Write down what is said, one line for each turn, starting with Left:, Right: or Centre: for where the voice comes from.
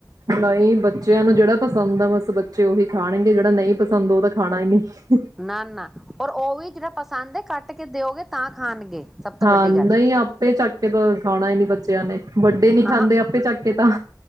Right: ਬਾਈ ਬੱਚਿਆਂ ਨੂੰ ਜਿਹੜਾ ਪਸੰਦ ਆ, ਬਸ ਬੱਚੇ ਉਹੀ ਖਾਣਗੇ, ਜਿਹੜਾ ਨਹੀਂ ਪਸੰਦ ਉਹ ਤਾਂ ਖਾਣਾ ਹੀ ਨਹੀਂ।
Centre: ਨਾ- ਨਾ ਔਰ ਉਹ ਵੀ ਜਿਹੜਾ ਪਸੰਦ ਹੈ, ਕੱਟ ਕੇ ਦਿਓਗੇ ਤਾਂ ਖਾਣਗੇ। ਸਭ ਤੋਂ
Right: ਹਾਂ
Centre: ਵੱਡੀ
Right: ਨਹੀਂ
Centre: ਗੱਲ
Right: ਆਪੇ ਚੱਕ ਕੇ ਤਾਂ ਖਾਣਾ ਹੀ ਨੀ ਬੱਚਿਆਂ ਨੇ ਵੱਡੇ ਨੀ ਖਾਂਦੇ
Centre: ਹਾਂ
Right: ਆਪੇ ਕੇ ਤਾਂ